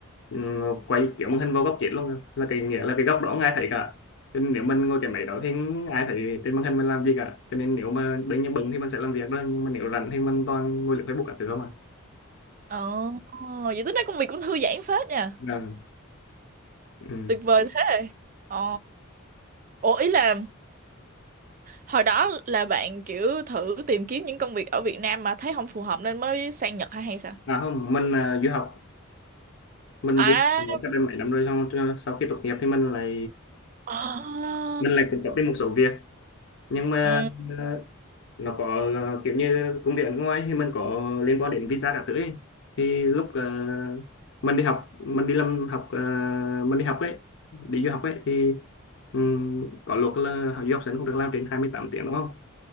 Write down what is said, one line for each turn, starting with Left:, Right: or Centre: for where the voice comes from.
Left: nó quay kiểu màn hình vào góc chết luôn à. là cái nghĩa là cái góc đó không ai thấy cả cho nên nếu mình ngồi cái máy đó thì không ai thấy trên màn hình mình làm gì cả cho nên nếu mà đương nhiên bận thì mình sẽ làm việc đó nhưng mà nếu rảnh thì mình toàn ngồi lướt Facebook cả thứ không à
Right: ồ, vậy tính ra công việc cũng thư giãn phết nha.
Left: Vâng, ừ.
Right: Tuyệt vời thế. Ồ. Ủa ý là hồi đó là bạn kiểu thử tìm kiếm những công việc ở Việt Nam mà thấy không phù hợp nên mới sang Nhật hay hay sao?
Left: À không, mình là du học, mình
Right: À.
Left: du học ở cách đây mấy năm rồi xong cho- sau khi tốt nghiệp thì mình lại
Right: Ồ.
Left: mình lại cũng có thêm một số việc nhưng mà
Right: Ừ.
Left: ờ, nó có ờ, kiểu như công việc ở nước ngoài thì mình có liên quan đến visa các thứ ấy. Thì lúc ờ, mình đi học, mình đi làm học ờ, mình đi học ấy, đi du học ấy thì ừm, có luật là học du học sinh không được làm trên 28 tiếng đúng không?